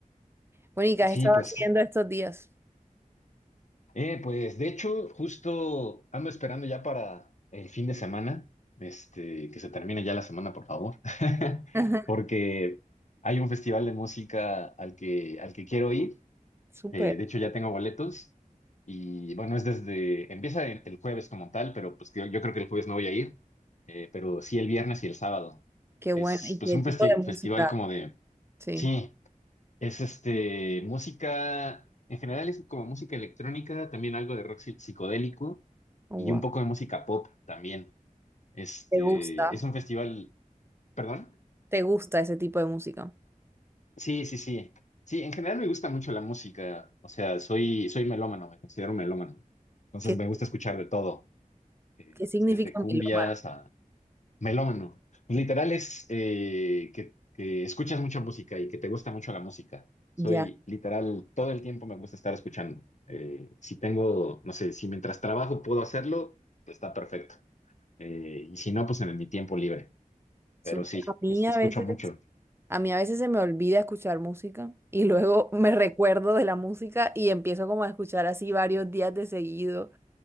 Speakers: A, on the right; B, on the left.
A: Bueno, ¿y qué has
B: Sí,
A: estado
B: pues.
A: haciendo estos días?
B: Eh, pues de hecho, justo ando esperando ya para el fin de semana, este, que se termine ya la semana, por favor, <laughs>
A: <laughs>
B: porque hay un festival de música al que, al que quiero ir.
A: Súper.
B: Eh, de hecho, ya tengo boletos y bueno, es desde, empieza el el jueves como tal, pero pues yo, yo creo que el jueves no voy a ir, eh, pero sí el viernes y el sábado.
A: Qué
B: Es
A: bueno. ¿Y
B: pues
A: qué
B: un
A: tipo
B: festi-
A: de música?
B: festival como de,
A: Sí.
B: sí. Es este, música, en general es como música electrónica, también algo de rock psi- psicodélico
A: Oh,
B: y
A: wow.
B: un poco de música pop también. Este,
A: ¿Te gusta?
B: es un festival, ¿perdón?
A: ¿Te gusta ese tipo de música?
B: Sí, sí, sí. Sí, en general me gusta mucho la música, o sea, soy, soy melómano, me considero melómano. Entonces
A: ¿Qué,
B: me gusta escuchar de todo, eh,
A: qué significa
B: pues, desde cumbias
A: melómano?
B: Melómano. Pues literal es eh, que, que escuchas mucha música y que te gusta mucho la música. Soy
A: Ya.
B: literal, todo el tiempo me gusta estar escuchando. Eh, si tengo, no sé, si mientras trabajo puedo hacerlo, pues está perfecto. Eh, y si no, pues en mi tiempo libre.
A: Súper.
B: Pero sí,
A: A mí
B: este,
A: a
B: escucho
A: veces.
B: mucho.
A: A mí a veces se me olvida escuchar música y luego <laughs> me recuerdo de la música y empiezo como a escuchar así varios días de seguido